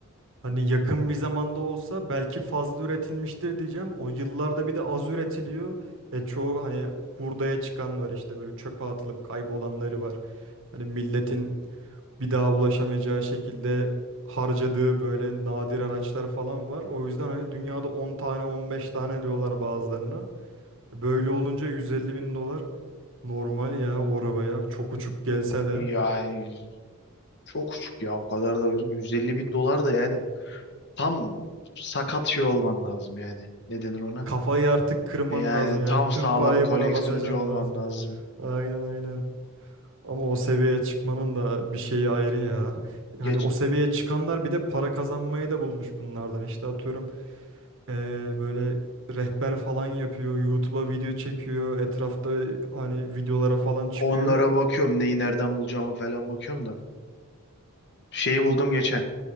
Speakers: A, on the right; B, on the left.
A: hani yakın bir zamanda olsa belki fazla üretilmiştir diyeceğim. O yıllarda bir de az üretiliyor. E çoğu hani hurdaya çıkan var işte böyle çöpe atılıp kaybolanları var. Hani milletin bir daha ulaşamayacağı şekilde harcadığı böyle nadir araçlar falan var. O yüzden hani dünyada 10 tane 15 tane diyorlar bazılarına. Böyle olunca 150 bin dolar normal ya o arabaya. Çok uçuk gelse de.
B: Yani çok küçük ya o kadar da bir 150 bin dolar da yani tam sakat şey olman lazım yani. Ne denir ona?
A: Kafayı artık kırman
B: E Yani
A: lazım yani
B: tam
A: tüm
B: sağlam
A: parayı
B: koleksiyoncu
A: buna basacan
B: olman
A: lazım.
B: lazım.
A: Aynen aynen. Ama o seviyeye çıkmanın da bir şeyi ayrı ya. Hani
B: Geç
A: o seviyeye çıkanlar bir de para kazanmayı da bulmuş bunlardan. İşte atıyorum eee, böyle rehber falan yapıyor. YouTube'a video çekiyor. Etrafta hani videolara falan çıkıyor.
B: onlara bakıyorum neyi nereden bulacağıma falan bakıyorum da. Şeyi buldum geçen.